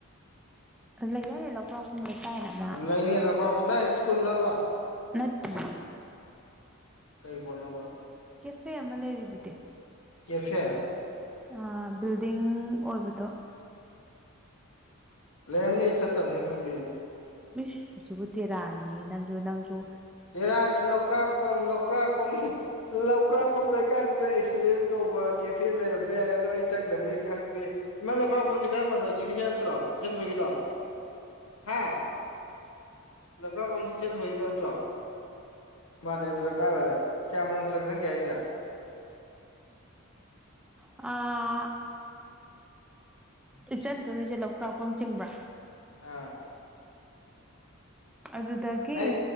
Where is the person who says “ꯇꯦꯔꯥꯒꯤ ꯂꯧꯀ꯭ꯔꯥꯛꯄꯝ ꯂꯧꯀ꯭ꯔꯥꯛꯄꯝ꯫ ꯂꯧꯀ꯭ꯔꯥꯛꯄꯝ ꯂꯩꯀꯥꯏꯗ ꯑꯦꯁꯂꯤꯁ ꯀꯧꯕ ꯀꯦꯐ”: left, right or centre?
Left